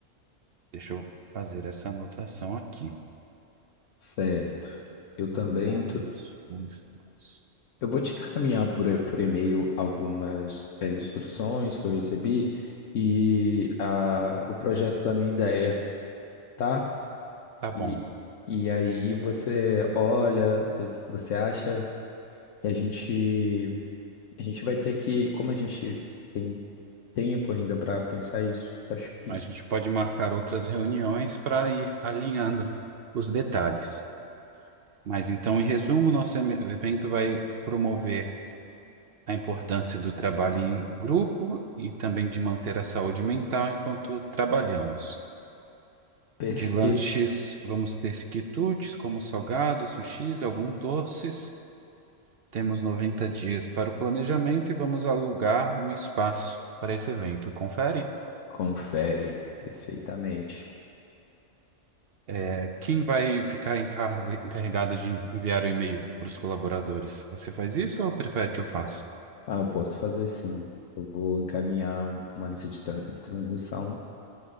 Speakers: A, on the right (about 55°); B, on the left (about 75°).
A: Deixa eu fazer essa anotação aqui.
B: Certo. Eu também
A: Alugarmos um espaço.
B: Eu vou te encaminhar por, e- por e-mail algumas eh, instruções que eu recebi e a, o projeto da minha ideia, tá?
A: Tá bom.
B: E, e aí você olha, vê o que você acha? E a gente, a gente vai ter que, como a gente tem tempo ainda para pensar isso, acho que
A: A gente pode marcar outras reuniões para ir alinhando os detalhes. Mas então, em resumo, nosso em- evento vai promover a importância do trabalho em grupo e também de manter a saúde mental enquanto trabalhamos.
B: perfeito.
A: De lanches, vamos ter quitutes, como salgados, sushis, alguns doces. Temos 90 dias para o planejamento e vamos alugar um espaço para esse evento. Confere?
B: Confere perfeitamente.
A: É, quem vai ficar encargo- encarregado de enviar o e-mail para os colaboradores? Você faz isso ou prefere que eu faça?
B: Ah, eu posso fazer sim. Eu vou encaminhar um- uma lista de, tran- de transmissão.